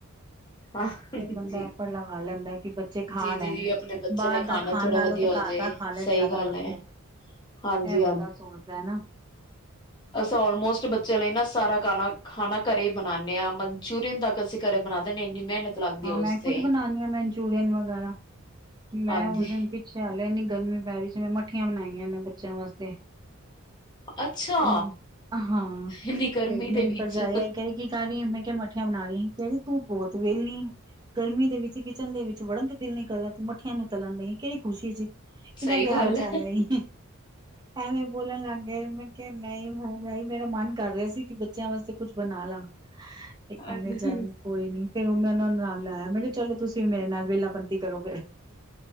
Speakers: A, on the left; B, on the right.
A: ਹਾਂ
B: ਫੇਰ ਬੰਦਾ
A: ਜੀ
B: ਐਫੇਟ ਲਗਾ ਲੈਂਦਾ। ਕਿ ਬੱਚੇ
A: ਜੀ
B: ਖਾ ਲੈਣ
A: ਜੀ ਜੀ ਆਪਣੇ ਬੱਚੇ
B: ਬਾਹਰ
A: ਲਈ
B: ਦਾ
A: ਖਾਣਾ
B: ਖਾਣ
A: ਥੋੜਾ
B: ਨਾਲੋਂ
A: ਵਧੀਆ
B: ਤੇ
A: ਹੋ
B: ਘਰ
A: ਜੇ
B: ਦਾ ਖਾ ਲੈਣ
A: ਸਹੀ
B: ਜ਼ਿਆਦਾ
A: ਗੱਲ
B: ਵਧੀਆ
A: ਹੈ ਹਾਂਜੀ
B: ਇਹ ਬੰਦਾ ਸੋਚਦਾ ਹੈ ਨਾ।
A: ਅਸਾਂ ਆਲਮੋਸਟ ਬੱਚਿਆਂ ਲਈ ਨਾ ਸਾਰਾ ਘਰ। ਖਾਣਾ ਖਾਣਾ ਘਰੇ ਹੀ ਬਣਾਉਂਦੇ ਹਾਂ ਮਨਚੂਰੀਅਨ ਤੱਕ ਅਸੀਂ ਘਰੇ ਬਣਾ ਦਿੰਦੇ ਇੰਨੀ ਮਿਹਨਤ। ਲੱਗਦੀ
B: ਹਾਂ
A: ਹੈ ਉਸ
B: ਮੈਂ
A: ਤੇ
B: ਖੁਦ ਬਣਾਉਣਾ ਹਾਂ ਮੈਨਚੂਰੀਅਨ ਵਗੈਰਾ ਮੈਂ
A: ਹਾਂਜੀ
B: ਉਸ ਦਿਨ ਪਿੱਛੇ ਹਲੇ ਐਨੀ ਗਰਮੀ ਪੈ ਰਹੀ ਸੀ। ਜਿਵੇਂ ਮੱਠੀਆਂ ਬਣਾਈਆਂ ਇਹਨਾਂ ਬੱਚਿਆਂ ਵਾਸਤੇ।
A: ਅੱਛਾ
B: ਹੂੰ ਹਾਂ
A: ਇੰਨੀ ਗਰਮੀ
B: ਤੇ ਮੇਰੀ
A: ਦੇ ਵਿੱਚ
B: ਭਰਜਾਈ ਆਈ ਕਹਿੰਦੀ ਕੀ ਕਰ ਰਹੀ ਮੈਂ ਕਿਹਾ । ਮੱਠੀਆ ਬਣਾ ਲਈ ਕਹਿੰਦੀ ਤੂੰ ਬਹੁਤ ਵਿਹਲੀ ਏ । ਗਰਮੀ ਦੇ ਵਿੱਚ ਕਿਚਨ ਦੇ ਵਿੱਚ। ਚ ਵੜਨ ਤੇ ਦਿਲ ਨੀ ਕਰਦਾ ਤੂੰ ਮੱਠੀਆਂ ਨੂੰ ਤਲਣ ਦੀਆਂ ਕਿਹੜੀ ਖੁਸ਼ੀ ਚ। ਕਿਦਾ
A: ਸਹੀ
B: ਵਿਆਹ
A: ਗੱਲ
B: ਰਚਿਆ
A: ਹੈ
B: ਈ ਐਵੇਂ ਬੋਲਣ ਲੱਗ ਗਏ ਮੈਂ ਕਿਹਾ ਮੈਂ ਹੀ। ਮੇਰਾ ਮਨ ਕਰ ਰਿਹਾ ਸੀ ਕਿ ਬੱਚਿਆਂ ਵਾਸਤੇ? ਕੁਛ ਬਣਾ ਲਾ ਤੇ ਕਹਿੰਦੇ
A: ਹਾਂਜੀ
B: ਚੱਲ ਕੋਈ ਨੀ ਫੇਰ ਉਹ ਮੈਂ । ਲਾਇਆ ਮੈਂ ਕਿਹਾ ਚਲੋ ਤੁਸੀਂ ਵੀ ਮੇਰੇ ਨਾਲ ਵਿਹਲਾਪਤੀ ਕਰੋ ਫਿਰ।